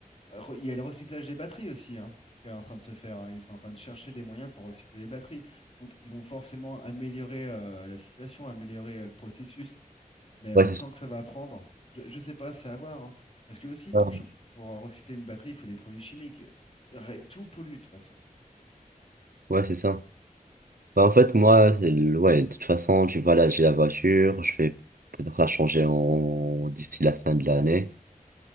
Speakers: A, on the left; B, on the right.
A: re- il y a le recyclage des batteries aussi, hein, qui est en train de se faire. hein. Ils sont en train de chercher des moyens pour recycler les batteries. Donc, ils vont forcément améliorer euh, la situation, améliorer euh, le processus. Mais euh,
B: Ouais,
A: le
B: c'est
A: temps
B: ça.
A: que ça va prendre, je, je sais pas, c'est à voir. hein. Parce que aussi, pour,
B: Ah.
A: cho- pour euh, recycler une batterie, il faut des produits chimiques. Ré- Tout pollue de toute façon.
B: Ouais, c'est ça. Bah, en fait, moi, le- ouais, de toute façon, tu vois, là, j'ai la voiture, je vais peut-être la changer en... d'ici la fin de l'année